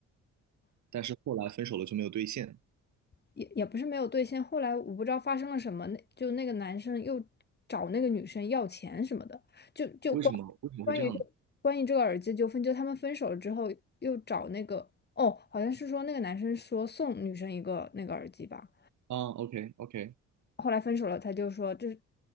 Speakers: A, on the right (about 70°); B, on the left (about 35°).
A: 但是后来分手了就没有兑现，
B: 也也不是没有兑现。后来我不知道发生了什么，那就那个男生又找那个女生要钱什么的，就就关
A: 为什么？为什么会这样呢？
B: 关于这关于这个耳机纠纷，就他们分手了之后又找那个，哦，好像是说那个男生说送女生一个那个耳机吧。
A: 啊，OK OK，
B: 后来分手了，他就说就是